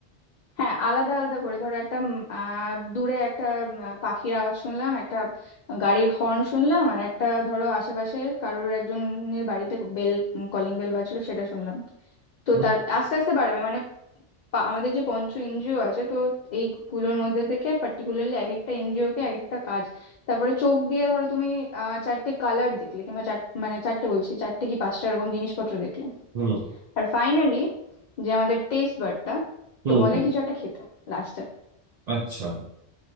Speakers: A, on the left; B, on the right.
A: হ্যাঁ আলাদা আলাদা করে ধরো একটা উম, আহ দূরে একটা উম, আহ, পাখির আওয়াজ শুনলাম একটা গাড়ির হর্ন শুনলাম আর একটা ধরো আশেপাশে কারোর একজনের বাড়িতে বেল কলিং বেল বাজলো সেটা শুনলাম তো
B: হুম
A: তার আস্তে আস্তে বাড়বে মানে পা- আমাদের যে পঞ্চ ইন্দ্রিয় আছে তো এইগুলোর মধ্যে থেকে পার্টিকুলারলি এক একটা ইন্দ্রিয়কে এক একটা কাজ তারপরে চোখ দিয়ে ধরো তুমি আহ চারটে কালার দেখলে কিংবা চার মানে চারটে বলছি চারটে কি পাঁচটা এরকম জিনিসপত্র দেখলে
B: হুম
A: আর ফাইনালি যে আমাদের টেস্ট বারটা
B: হুম,
A: তো বলে কিছু একটা খেতে লাস্টে
B: আচ্ছা